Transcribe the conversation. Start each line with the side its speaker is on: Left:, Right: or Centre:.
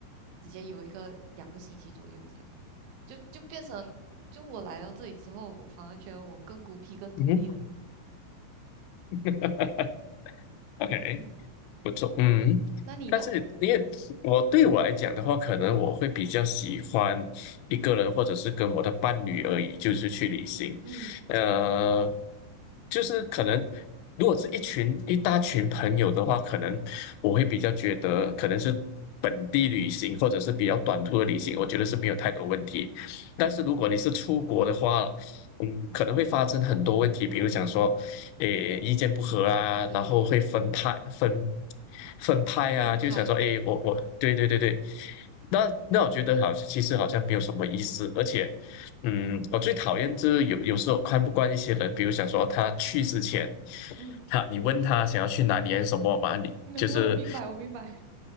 Right: 直接有一个两个星期左右这样，就就变成就我来到这里之后，我反而觉得我更孤僻、更独立了。
Left: 嗯哼 <laughs>，OK。
Right: 嗯，
Left: 不错，嗯，
Right: 那你呢？
Left: 但是因为我对我来讲的话，可能我会比较喜欢一个人，
Right: 嗯
Left: 或者是跟我的伴侣而已，就是去旅行。
Right: 嗯，
Left: 呃，就是可能如果是一群一大群朋友的话，可能我会比较觉得可能是本地旅行或者是比较短途的旅行，我觉得是没有太多问题。但是如果你是出国的话，嗯，可能会发生很多问题，比如想说。诶意见不合啊，
Right: 对，
Left: 然后会分派分分派啊，
Right: 分派。
Left: 就想说诶，我我对对对对，
Right: 嗯
Left: 那那我觉得好，其实好像没有什么意思，而且嗯，我最讨厌就是有有时候看不惯一些人，比如想说他去之前，
Right: 嗯。
Left: 他你问他想要去哪里还是什么嘛，你就是
Right: <laughs> 然后明白，我明白，